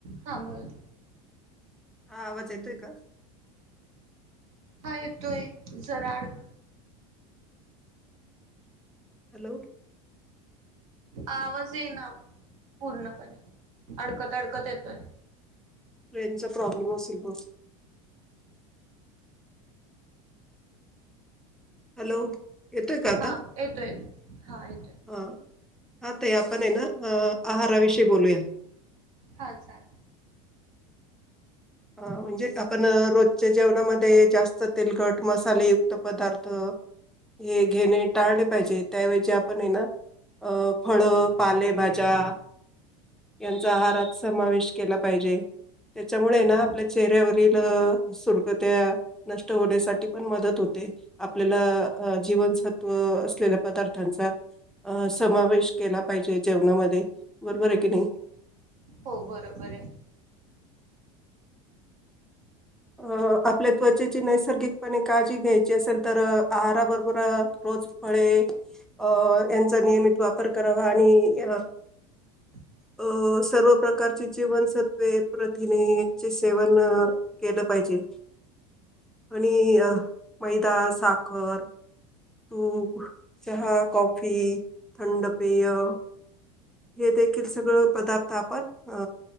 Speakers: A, on the right; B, in the centre.
A: हा बोल
B: हा आवाज येतोय का?
A: हा येतोय जरा अड
B: हॅलो
A: आवाज येईना पूर्णपणे अडकत अडकत येतोय
B: रेंजचा प्रॉब्लेम असेल बहुतेक हॅलो येतोय का आता?
A: हा येतोय हा येतोय.
B: ह हा ताई आपण यना आहाराविषयी बोलूया.
A: हां चालेल.
B: अ म्हणजे आपण रोजच्या जेवणामध्ये जास्त तेलकट मसालेयुक्त पदार्थ तर हे घेणे टाळले पाहिजे त्याऐवजी आपण आहे ना अ फळं पालेभाज्या यांचा आहारात समावेश केला पाहिजे त्याच्यामुळे ना
A: हो
B: आपल्या चेहऱ्यावरील सुरकुत्या नष्ट होण्यासाठी पण मदत होते. आपल्याला अ जीवनसत्व असलेल्या पदार्थांचा अ समावेश केला पाहिजे जेवणामध्ये बरोबर आहे की नई.
A: हो बरोबर आहे.
B: अ आपल्या त्वचेची नैसर्गिकपणे काळजी घ्यायची असेल तर आहाराबरोबर रोज फळे अ यांचा नियमित वापर करावा आणि अ
A: <inaudible>
B: अ सर्व प्रकारची जीवनसत्वे प्रथिने यांचे सेवन केलं पाहिजे आणि अ मैदा, साखर तूप, चहा, कॉफी, प्यायला थंड पेय. हे देखील सगळं पदार्थ आपण अ